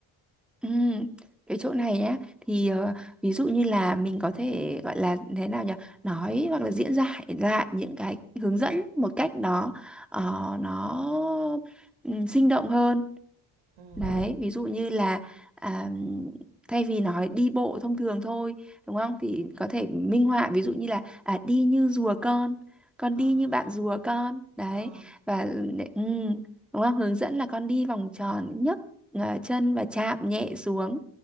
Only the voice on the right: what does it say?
Ừm.
Ờ.
Ờ.